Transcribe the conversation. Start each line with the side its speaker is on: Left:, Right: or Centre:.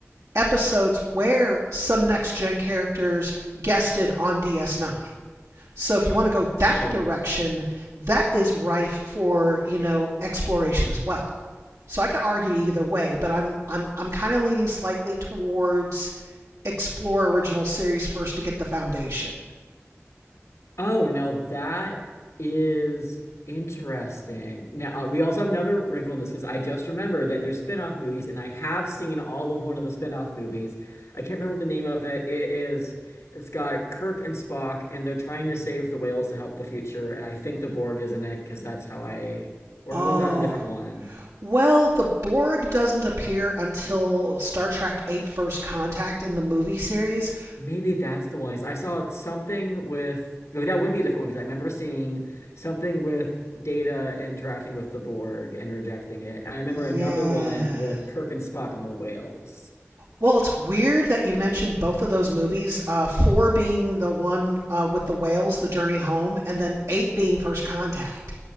Right: episodes where some next gen characters guested on DS9. So if you want to go that
Left: Oh.
Right: direction, that is rife for, you know, exploration as well. So I could argue either way, but I'm I'm I'm kind of leaning slightly towards explore original series first to get the foundation.
Left: Oh, now that is interesting. Now, uh, we also have another wrinkle in this because I just remembered that there's spin-off movies and I have seen all of one of the spin-off movies. I can't remember the name of it. It is it's got Kirk and Spock and they're trying to save the whales to help the future and I think the Borg is in it because that's how I or
Right: Oh,
Left: was that a different one?
Right: Well, the Borg doesn't appear until Star Trek 8: First Contact in the movie series.
Left: Maybe that's the one. I saw something with, no, that would be a different one because I remember seeing something with Data interacting with the Borg and rejecting it. I remember
Right: Yeah.
Left: another one with Kirk and Spock and the whales.
Right: Well, it's weird that you mentioned both of those movies, uh, four being the one uh, with the whales, The Journey Home, and then eight being First Contact.